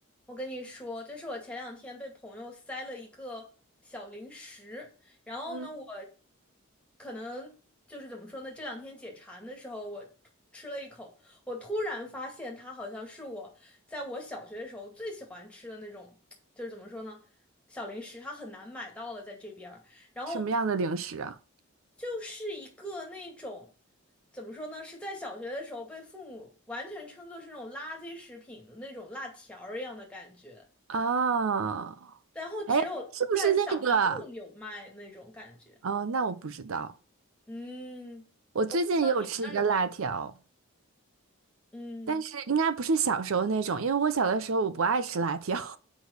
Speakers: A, in the centre; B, on the right (about 70°).
A: 我跟你说，就是我前两天被朋友塞了一个小零食，然后呢，
B: 嗯，
A: 我可能就是怎么说呢，这两天解馋的时候，我突吃了一口，我突然发现它好像是我在我小学的时候最喜欢吃的那种，就是怎么说呢，小零食，它很难买到了在这边然后
B: 什么样的零食啊？
A: 就是一个那种怎么说呢，是在小学的时候被父母完全称作是那种垃圾食品的那种辣条儿一样的感觉，
B: 哦，
A: 然后只有在小卖部有卖那种感觉。
B: 哎，是不是那个？哦，那我不知道。
A: 嗯，不知道你们那儿有没有？
B: 我最近也有吃一个辣条，
A: 嗯。
B: 但是应该不是小时候那种，因为我小的时候我不爱吃辣条。<laughs>